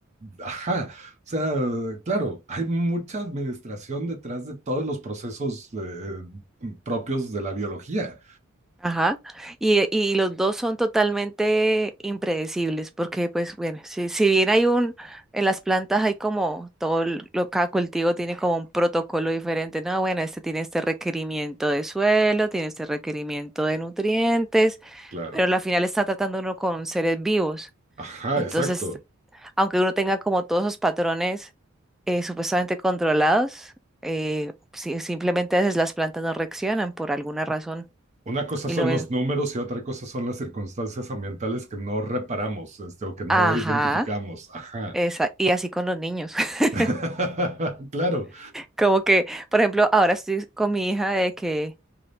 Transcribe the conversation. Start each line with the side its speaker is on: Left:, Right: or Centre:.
Right: Ajá, o sea, claro, hay mucha administración detrás de todos los procesos eh, propios de la biología.
Centre: Ajá. Y, y los dos son totalmente impredecibles, porque pues bueno, si, si bien hay un, en las plantas hay como todo el- lo, cada cultivo tiene como un protocolo diferente, no, bueno, este tiene este requerimiento de suelo, tiene este requerimiento de nutrientes,
Right: Claro,
Centre: pero al final está tratando uno con seres vivos.
Right: ajá,
Centre: Entonces,
Right: exacto.
Centre: aunque uno tenga como todos esos patrones eh, supuestamente controlados, eh, si- simplemente a veces las plantas no reaccionan por alguna razón.
Right: Una cosa
Centre: Y
Right: son
Centre: lo,
Right: los números y otra cosa son las circunstancias ambientales que no reparamos, este, o que no
Centre: Ajá,
Right: identificamos. Ajá.
Centre: esa, y así con los niños. <laughs>
Right: <laughs> Claro,
Centre: Como que, por ejemplo, ahora estoy con mi hija de que